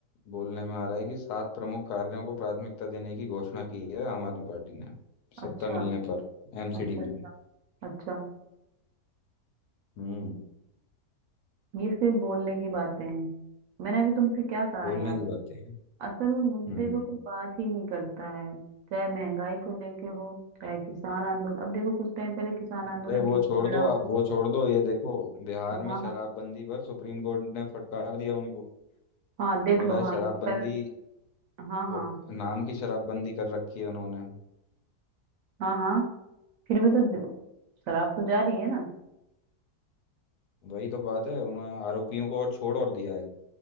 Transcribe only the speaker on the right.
अच्छा
अच्छा
अच्छा
ये सिर्फ बोलने की बातें हैं मैंने अभी तुमसे क्या कहा
यार
असल मुद्दे
पे कोई बात ही नहीं करता है चाहे महंगाई को लेके हो चाहे किसान आंदोलन अब देखो कुछ टाइम पहले किसान आंदोलन
कितना
छिड़ा
हुआ
हाँ
हाँ
हाँ देख
लो
हाँ ये कर हाँ हाँ
हाँ हाँ फिर भी तो जो- शराब तो जारी है ना